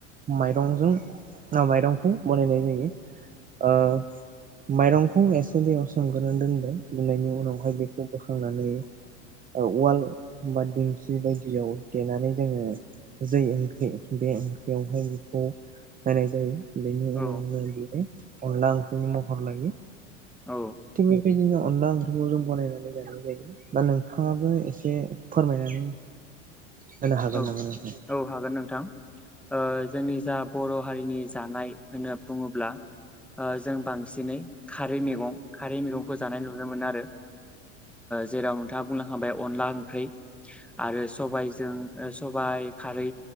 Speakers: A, on the right; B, in the centre.
A: माइरंजों ना माइरंखौ बानायनाय जायो ओ माइरंखौ एसे दैयाव सोमग्रोनानै दोनबाय। दोननायनि उनावहाय बेखौ बो फांनानै उवाल बा दिंखि बायदियाव देनानै जोङो जै ओंख्रि बे ओंख्रियावहाय बेखौ होनाय जायो। बेनि उनावनो
B: औ
A: बियो अनला ओंख्रिनि महर लायो।
B: औ
A: थिग बेबायदिनो अनला ओंख्रिखौ जों बनायनानै जानाय जायो दा नोंथाङाबो एसे फोरमायनानै होनो हागोन
B: औ
A: नामा नोंथां
B: औ हागोन नोंथां ओ जोंनि जा बर' हारिनि जानाय होनना बुङोब्ला जों बांसिनै खारै मेगं खारै मेगंखौ जानाय नुनो मोनो आरो जेराव नोंथाङा बुं हाबायाव अनला ओंख्रि आरो सबायजों सबाइ खारै